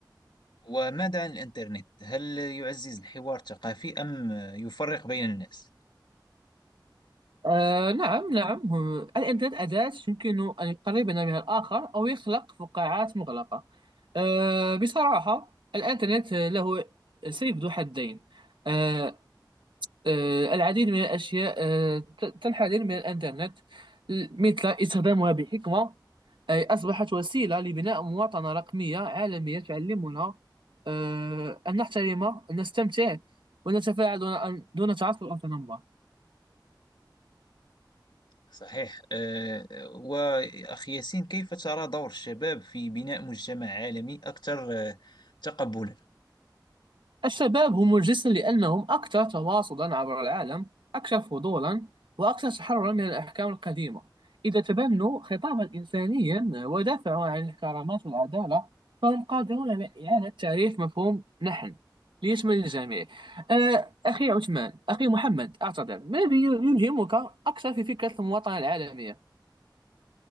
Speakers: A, on the left (about 70°); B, on the right (about 80°).
A: وماذا عن الإنترنت هل يعزز الحوار الثقافي أم يفرق بين الناس
B: آه نعم نعم هو- الإنترنت أداة يمكن أن يقربنا من الآخر أو يخلق فقاعات مغلقة آه بصراحة الإنترنت آه، له سيف ذو حدين آه آه العديد من الأشياء آه ت- تنحدر من الإنترنت مثل استخدامها بحكمة أي أصبحت وسيلة لبناء مواطنة رقمية عالمية تعلمنا آه، أن نحترم أن نستمتع ونتفاعل دون أن- دون تعصب أو تنمر
A: صحيح آه، وأخي ياسين كيف ترى دور الشباب في بناء مجتمع عالمي أكثر آه، تقبلا
B: الشباب هم الجسم لأنهم أكثر تواصلا عبر العالم أكثر فضولا وأكثر تحررا من الأحكام القديمة إذا تبنوا خطابا إنسانيا ودافعوا عن الكرامات والعدالة فهم قادرون على إعادة تعريف مفهوم نحن ليشمل الجميع آه، أخي عثمان أخي محمد أعتذر ما الذي يلهمك أكثر في فكرة المواطنة العالمية؟